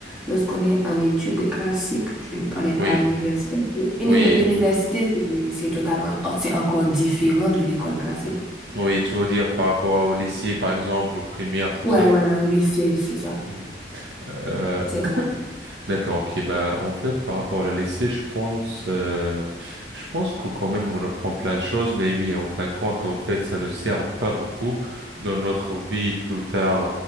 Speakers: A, in the centre; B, on the right.
A: lorsqu'on est en études classiques. Je ne parlais pas
B: oui,
A: à l'université. univer-
B: oui.
A: L'université, c'est c'est totalement, oh, c'est encore différent de l'école classique.
B: Oui, tu veux dire par rapport à- au lycée, par exemple, aux primaires, tout
A: Ouais,
B: ça?
A: ouais, au lycée, c'est ça.
B: Hmm. Euh,
A: C'est ça.
B: d'accord, ok. Bah, en fait, par rapport à la lycée, je pense, euh, je pense que quand même, on apprend plein de choses, mais oui, en fin de compte, en fait, ça ne sert pas beaucoup dans notre vie plus tard,